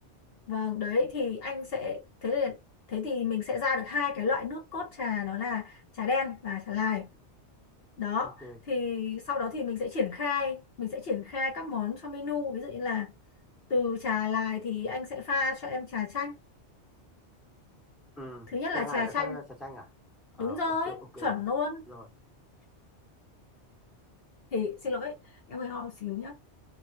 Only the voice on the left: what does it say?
vâng đấy thì anh sẽ thế thì thế thì mình sẽ ra được hai cái loại nước cốt trà đó là trà đen và trà lai đó
thì sau đó thì mình sẽ triển khai mình sẽ triển khai các món trong menu ví dụ như là từ trà lai thì anh sẽ pha cho em trà chanh
thứ nhất là
trà
chanh
đúng rồi
chuẩn luôn
thì xin lỗi em hơi ho xíu nhá